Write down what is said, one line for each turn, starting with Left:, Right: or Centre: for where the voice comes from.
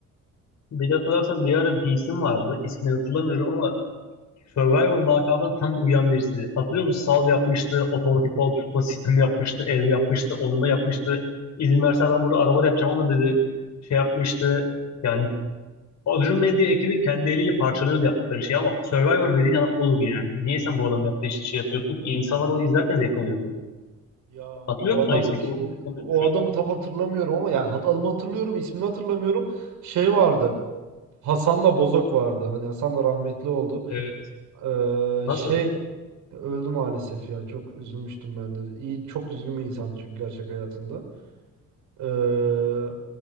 Left: Bir de hatırlarsan bir ara bir isim vardı. İsmini hatırlamıyorum ama Survivor lakabına tam uyan birisi. Hatırlıyor musun? Sal yapmıştı, otomatik bal tutma <laughs> sistemi yapmıştı, ev yapmıştı, onunla yapmıştı. İzin verse ben burada araba da yapacağım ama dedi şey yapmıştı. Yani Adrian Mendy ekibi kendi eliyle parçalıyordu yaptıkları şeyi ama Survivor dediğin adam olur yani. Niye sen bu adamın yaptığı işte şey yapıyorsun ki? İnsanlar onu izlerken zevk alıyordu.
Right: Ya
Left: Hatırlıyor
Right: o
Left: musun
Right: adam
Left: o ismi?
Right: kim?
Left: Kim olduğunu
Right: O
Left: şu
Right: adamı
Left: an.
Right: tam hatırlamıyorum ama yani hat- adımı hatırlıyorum, ismini hatırlamıyorum. Şey vardı. Hasan'la Bozok vardı. Hani Hasan da rahmetli oldu.
Left: Evet.
Right: Eee,
Left: Nasıl?
Right: şey öldü maalesef ya. Çok üzülmüştüm ben de. İyi, çok düzgün bir insandı çünkü gerçek hayatında. Eee